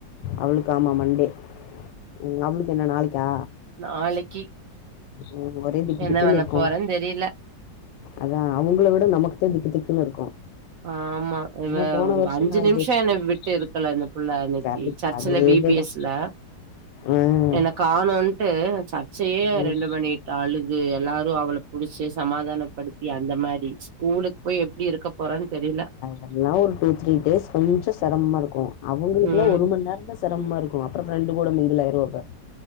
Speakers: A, on the left; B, on the right.
A: அவளுக்கு ஆமா மண்டே ம் அவளுக்கு என்ன நாளைக்கா
B: நாளைக்கி
A: ம் ஒரே திக்கு
B: என்ன
A: திக்குன்னு
B: பண்ண
A: இருக்கு
B: போறேன் தெரியல
A: அதா அவுங்கள விட நமக்கு தா திக்கு திக்குன்னு இருக்கு
B: ஆமா இவ
A: ஏன்னா போன
B: ஒரு
A: வருஷோ
B: அஞ்சு
A: நா
B: நிம்ஷ
A: இது எக்ஸ்பீரியன்ஸ்
B: என்ன விட்டு
A: பண்ணே
B: இருக்கல இந்த புள்ள அன்னைக்கு
A: கரெக்ட்
B: சர்ச்சுல
A: அதேதா
B: வி பி எஸ் ல
A: ம்
B: எனக் காணொன்ட்டு சர்ச்சையே
A: ம்
B: ரெண்டு பண்ணிட் டு அழுது எல்லாரு அவள புடிச்சு சமாதானப்படுத்தி அந்த மாரி ஸ்கூலுக்கு போய் எப்டி இருக்கப் தெரியல
A: அதெல்லா ஒரு டூ த்ரீ டேஸ் கொஞ்ச செரமமா இருக்கு அவ்ங்களுக்குலா
B: ம்
A: ஒரு மண் நேரந்தா செரமமா இருக்கு அப்றோ ஃப்ரெண்டு கூட மிங்கிள் அயிருவா இவ